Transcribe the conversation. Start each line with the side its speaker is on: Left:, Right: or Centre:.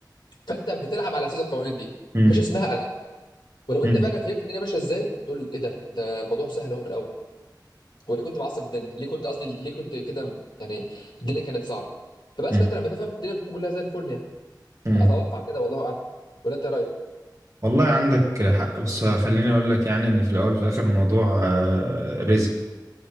Left: فانت بتلعب على اساس القوانين دي
Right: مم.
Left: مش اسمها العاب ولو
Right: مم.
Left: انت فعلا فهمت الدنيا ماشيه ازاي تقول ايه ده ده الموضوع سهل اهو من الاول وليه كنت معصب الدنيا ليه كنت قصدي ليه كنت كده يعني الدنيا كانت صعبه فبس
Right: مم.
Left: فانت لما تفهم الدنيا بتكون كلها زي الفل يعني
Right: مم.
Left: اتوقع كده والله اعلم ولا انت إيه رايك
Right: والله عندك حق بس خليني أقول لك يعني إن في الأول وفي الآخر الموضوع آه، رزق